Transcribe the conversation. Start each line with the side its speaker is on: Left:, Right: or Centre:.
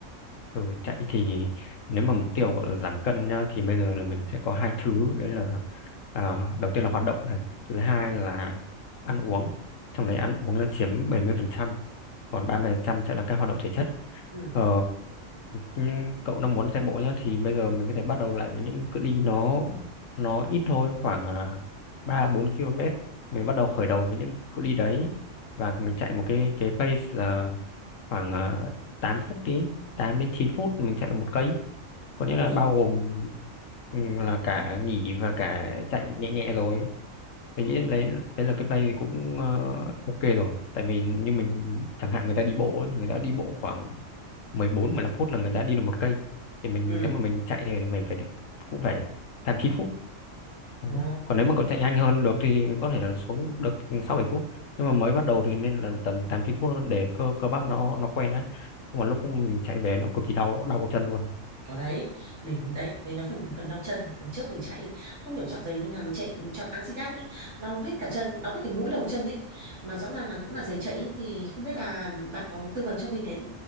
Left: Ừ, chạy thì nếu mà mục tiêu gọi là giảm cân nhá, thì bây giờ là mình sẽ có hai thứ đấy là à, đầu tiên là hoạt động này thứ hai là ăn uống trong đấy ăn uống là chiếm bảy mươi phần trăm còn 30% sẽ là các hoạt động thể chất
Right: ừ
Left: ờ, nhưng cậu đang muốn chạy bộ nhá thì bây giờ mình có thể bắt đầu lại với những cự ly nó nó ít thôi khoảng à, 3 4 km mình bắt đầu khởi đầu với những cự ly đấy và mình chạy một cái cái pace là khoảng à, 8 phút đi 8 đến 9 phút mình chạy được một cây có nghĩa là
Right: ôi trời
Left: bao gồm ừ, là cả nghỉ và cả chạy nhẹ nhẹ rồi mình nghĩ đấy đấy là cái play thì cũng ờ, ok rồi tại vì như mình chẳng hạn người ta đi bộ ấy, người ta đi bộ khoảng mười bốn mười lăm phút là người ta đi được một cây thì mình
Right: ừ
Left: nếu mà mình chạy thì mình phải cũng phải tám chín phút Đấy.
Right: Ờ.
Left: còn nếu mà còn chạy nhanh hơn được thì có thể là xuống được 6 7 phút nhưng mà mới bắt đầu thì nên là tầm 8 9 phút hơn để cơ cơ bắp nó nó quen đấy không mà lúc mình chạy về nó cực kỳ đau đau cổ chân luôn
Right: đó đấy mình đấy với nó phần phần đau chân lần trước mình chạy ý, không hiểu chọn giày như nào mình chạy mình chọn Adidas ấy đau hết cả chân đau hết cái mũi đầu chân ấy mà rõ ràng là cũng là giày chạy ý, thì không biết là bạn có tư vấn cho mình cái